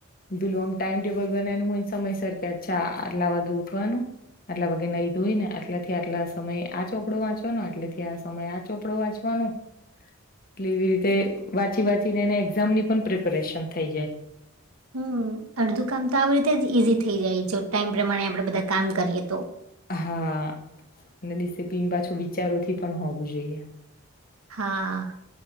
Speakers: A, on the left; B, on the right.
A: પેલું આમ ટાાઈમ ટેબલ બનાવનું હોય સમયસર કે અચ્છા આટલા વાગે ઉઠવાનું આટલા વાગે નહી ધોઈ ને આટલાથી આટલા સમય આચ. ચોપડો વાંચવાનો આટલેથી આ સમયે આ ચોપડો વાંચવાનો એટલે એવી રીતે વાંચી વાંચીને એને એક્ઝામની પણ પ્રિપેરેશન થઈ જાય.
B: હમ અડધું કામ તો આવી રીતે જ ઈઝી થઈ જાય જો ટાઈમ પ્રમાણે આપણેે બધા કામ કરીએ તો.
A: હા અને ડિસિપ્લીન પાછું વિચારોથી પણ હોવું જોઈએ.
B: હા.